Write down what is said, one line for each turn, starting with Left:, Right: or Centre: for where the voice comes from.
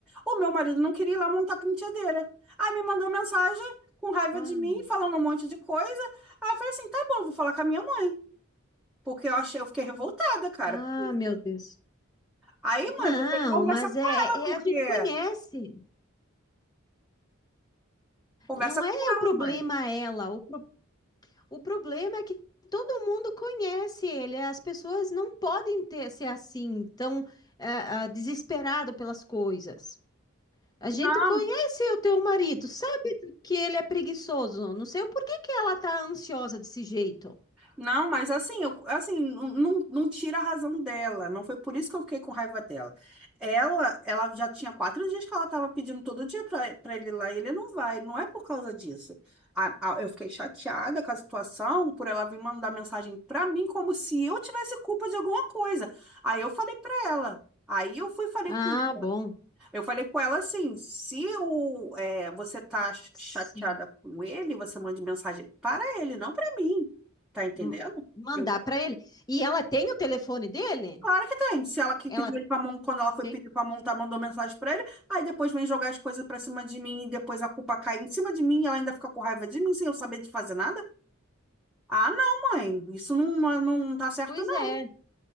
Centre: o meu marido não queria ir lá montar penteadeira. Aí me mandou mensagem com raiva
Left: Ah,
Centre: de mim, falando um monte de coisa. Aí eu falei assim, tá bom, vou falar com a minha mãe. Porque eu achei, eu fiquei revoltada, cara.
Left: ah,
Centre: por isso.
Left: meu Deus.
Centre: Aí,
Left: Não,
Centre: mãe, você conversa
Left: mas
Centre: com
Left: é,
Centre: ela,
Left: é-
Centre: porque...
Left: é, a gente conhece.
Centre: Conversa
Left: Não
Centre: com
Left: é
Centre: ela,
Left: o problema
Centre: mãe.
Left: ela. O, pro- o problema é que todo mundo conhece ele. As pessoas não podem ter ser assim, tão é, é, desesperado pelas coisas. A gente
Centre: Não.
Left: conhece o teu marido, sabe que ele é preguiçoso. Não sei o porquê que ela tá ansiosa desse jeito.
Centre: Não, mas assim, eu- assim, não, não tira a razão dela. Não foi por isso que eu fiquei com raiva dela. Ela, ela já tinha quatro dias que ela estava pedindo todo dia para ele ir lá e ele não vai. Não é por causa disso. A- a- eu fiquei chateada com a situação por ela vir mandar mensagem para mim como se eu tivesse culpa de alguma coisa. Aí eu falei para ela. Aí eu fui e falei
Left: Ah,
Centre: com
Left: bom.
Centre: eu falei com ela assim: se o, é, você tá ch-
Left: Sim.
Centre: chateada com ele, você manda mensagem para ele, não para mim. Tá entendendo?
Left: M- Mandar
Centre: Eu,
Left: para ele. E ela tem o telefone dele?
Centre: claro que tem. Se ela que
Left: Ela
Centre: pediu ele para montar, quando ela foi
Left: tem?
Centre: pedir para montar, mandou mensagem para ele, aí depois vem jogar as coisas para cima de mim, e depois a culpa cai em cima de mim, e ela ainda fica com raiva de mim sem eu saber de fazer nada. Ah, não, mãe, isso não, não tá certo,
Left: Pois
Centre: não.
Left: é.